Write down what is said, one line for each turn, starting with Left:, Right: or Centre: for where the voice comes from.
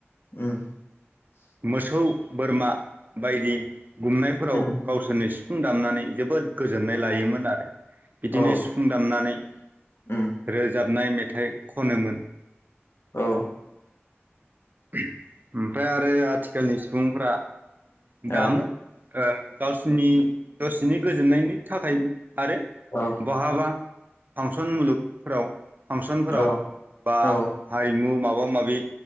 Left: उम
Right: मोसौ बोरमा बायदि गुमनायफोराव
Left: उम
Right: सिफुं दामनानै जोबोद गोजोननाय लायोमोन आरो बिदिनो
Left: औ
Right: सिफुं दामनानै
Left: उम
Right: रोजाबनाय मेथाइ मेथाइ खनोमोन
Left: औ
Right: <inaudible> ओमफ्राय आरो आथिखालनि सुबुंफ्रा दामो
Left: औ
Right: ओ गावसिनि दसेनि गोजोननायनि थाखायबो आरो
Left: औ
Right: बहाबा फांसन मुलुगफोराव फांसनफोराव
Left: औ
Right: बा
Left: औ
Right: हारिमु माबा माबि